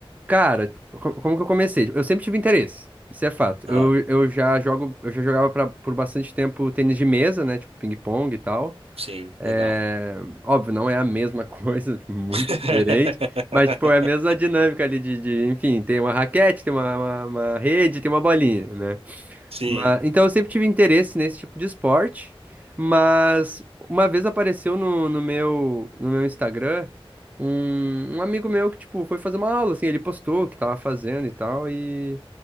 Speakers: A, on the right; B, on the right.
A: Cara, co- como que eu comecei? Eu sempre tive interesse, isso é fato.
B: Ah,
A: Eu, eu já jogo, eu já jogava pra- por bastante tempo tênis de mesa, né? Tipo, ping-pong e tal.
B: sim,
A: É,
B: legal.
A: óbvio, não é a mesma <laughs> coisa, tipo, muito
B: <laughs>
A: diferente, mas tipo, é a mesma dinâmica ali de, de, enfim, tem uma raquete, tem uma, uma, uma rede, tem uma bolinha, né?
B: Sim.
A: Mas, então eu sempre tive interesse nesse tipo de esporte, mas uma vez apareceu no, no meu, no meu Instagram um, um amigo meu que, tipo, foi fazer uma aula, assim, ele postou o que tava fazendo e tal, e